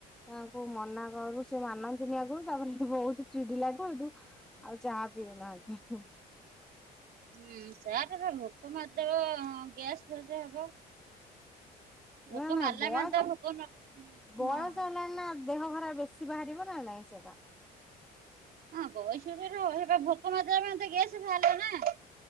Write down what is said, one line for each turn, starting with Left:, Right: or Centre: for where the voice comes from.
Centre: ତାଙ୍କୁ ମନା କରୁ ସେ ମାନନ୍ତିନି ଆଗରୁ ତାପରେ ସେଠୁ ବହୁତ ଚିଡି ଲାଠୁ ଏଠୁ ଆଉ ଚାହା ପିଉନାହାନ୍ତି।
Right: ହୁଁ ଚାଆ ଟା ପା ଭୋକ ମାରିଦବ ଗ୍ୟାସ୍ ଫ୍ୟାସ୍ ହବ। ଭୋକ
Centre: ନା ନା
Right: ମାରିଲା
Centre: ବୟସ
Right: ମାନେ ତ ଭୋକ ନ ହଁ।
Centre: ବୟସ ହେଲାଣି ନା ଦେହ ଖରାପ ବେଶି ବାହାରିବ ନା ନାଇଁ ସେଟା।
Right: ହଁ ବୟସ ସେ ପା ଭୋକ ମାରିଦବ ମାନେ ତ ଗ୍ୟାସ୍ ଭାରିଲା ନା।